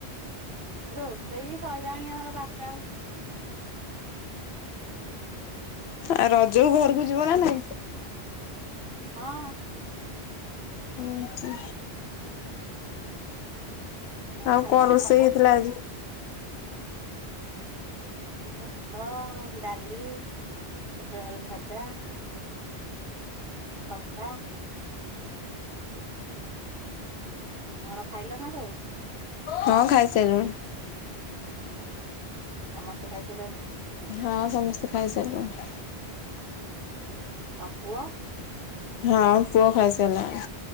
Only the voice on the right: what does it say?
ରୋଷେଇ ସଇଲାଣି ଆମର ବାରଟା ବେଳୁ।
ହଁ।
ତମର
ଖାଇଲଣି
ନା?
ଏ ଭାତ, ଡାଲି, ପୋଟଳ ଆଳୁ ଭଜା ଖଟା। ତମର ଖାଇଲ ନା ସବୁ?
ସମସ୍ତେ ଖାଇସାରିଲଣି?
ତମ ପୁଅ?